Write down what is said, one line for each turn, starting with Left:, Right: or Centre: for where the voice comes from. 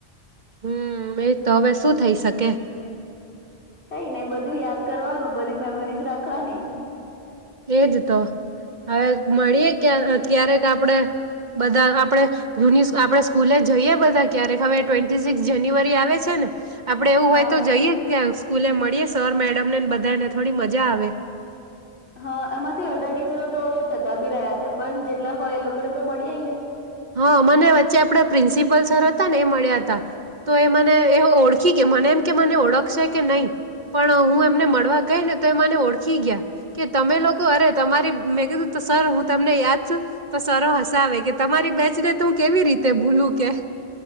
Right: હમ એજ તો હવે શું થઈ શકે?
Left: કંઈ નઈ બધું યાદ કરવાનું બધી મેમરીઝ રાખ રાખવાની.
Right: એ જ તો હવે મળીએ ક્યા ક્યારેક આપણેે બધા આપણેે જૂની આપણે સ્કૂલે જઈએ. બધા ક્યારેક હવે ટ્વેન્ટ ટી સિક્સ જાન્યુઆરી આવે છે ને આપણે એવું
Left: હા
Right: હોય તો જઈએ ત્યાં. સ્કૂલે મળીએ સર, મેડમનેને બધાને થોડી મજા આવે.
Left: હા એમાંથી અડધા ટીચરો તો હવે, જતા પણ રહ્યા છે. પણ જે લા હોય એ લોકોને તો મળી આવીએ યા.
Right: હા મને વચ્ચે આપણા પ્રિન્સિપલ સર હતા ને એ મળ્યા હતા. તો એ મને એ હો ઓળખી ગયા મને એમ કે મને ઓળખશે કે નહીં. પણ હું એમને મળવા ગઈ ને તો એ મને ઓળખી ગયા કે, તમે લોકો અરે તમારી મેં કીધું સર હું તમને યાદ છું તો સર હસાવે કે તમારી બેચને તો હું કેવી રીતે ભૂલું કે?